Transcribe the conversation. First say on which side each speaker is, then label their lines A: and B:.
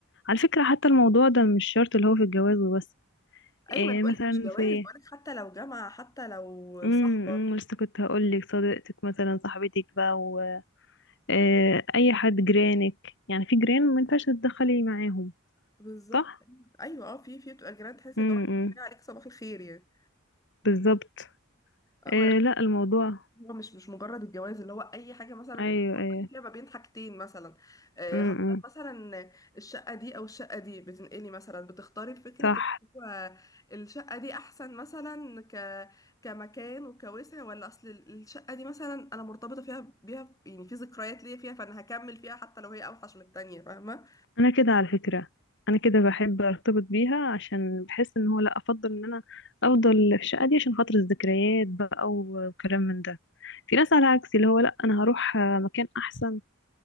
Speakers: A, on the left; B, on the left.
A: على فكرة حتى الموضوع ده مش شرط اللي هو في الجواز وبس
B: ايوه
A: إيه
B: ما انا بقولك
A: مثلا
B: مش جواز
A: في
B: بقولك حتى لو جامعة حتى لو
A: امم
B: صاحبة
A: إمم، لسه كنت هقول لك صديقتك مثلا صاحبتك بقى و... إيه اي حد جيرانك يعني في جيران ما ينفعش تتدخلي معاهم
B: بالظبط
A: صح
B: ايوه اه في في بتبقى جيران تحس
A: امم
B: ان هو عليك صباح الخير يعني
A: بالظبط
B: آه،
A: إيه
B: ما أنا
A: لا الموضوع
B: هو مش مش مجرد الجواز اللي هو اي حاجه مثلا
A: ايوه
B: بتفضلي
A: ايوه
B: فيها ما بين حاجتين مثلا آه،
A: امم
B: هختار
A: إمم،
B: مثلا الشقه دي او الشقه دي بتنقلي مثلا بتختاري فكره
A: صح
B: إن هو الشقه دي احسن مثلا ك كمكان وكوسع ولا اصل الشقه دي مثلا انا مرتبطه فيها بيها يعني في ذكريات ليا فيها فانا هكمل فيها حتى لو هي اوحش من التانيه فاهمه
A: انا كده على فكرة انا كده بحب ارتبط بيها عشان بحس ان هو لا افضل ان انا افضل في الشقة دي عشان خاطر الذكريات بقى وكلام من ده في ناس على عكسي اللي هو لا انا هروح آه، مكان احسن